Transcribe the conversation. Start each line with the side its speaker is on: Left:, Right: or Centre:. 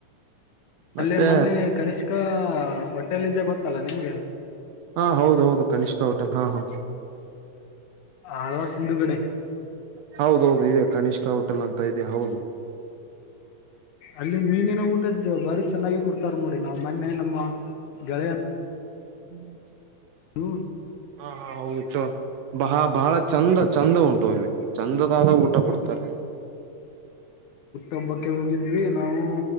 Right: ಮತ್ತೆ
Left: ಅಲ್ಲೇ ಮೊನ್ನೆ ಕನಷ್ ಈಗ ಹೋಟೆಲ್ ಇದ್ದೆ ಗೊತ್ತಲ್ಲ ನಿಮ್ಗೆ
Right: ಹಾ ಹೌದು ಹೌದು ಕನಿಷ್ಕಾ ಹೋಟೆಲ್ ಹಾ ಹಾ
Left: ಹಳವಾ ಸಿಂಧುಗಡೆ
Right: ಹೌದೌದು ಇದೆ ಕನಿಷ್ಕಾ ಹೋಟೆಲ್ ಅಂತ ಇದೆ ಹೌದು
Left: ಅಲ್ಲಿ ಮೀನಿನ ಊಟದ ಭಾರಿ ಚೆನ್ನಾಗಿ ಕೊಡ್ತಾರ ನೋಡಿ ನಡಿ ನಾ್ ಮೊನ್ನೆ ನಮ್ಮ ಗೆಳೆಯ
Right: ಹ್ಮ್
Left: ಹ್ಮ
Right: ಹಾ ಹಾ ಹೌದು ಬಹ ಬಹಳ ಚಂದ ಚಂದ ಉಂಟು ಇಲ್ಲಿ ಚಂದದಾದ ಊಷ್ಟ ಕೊಡ್ತಾರೆ
Left: ಹುಟ್ಟೊಬ್ಬಕ್ಕೆ ಹೋಗಿದ್ವಿ ನಾವು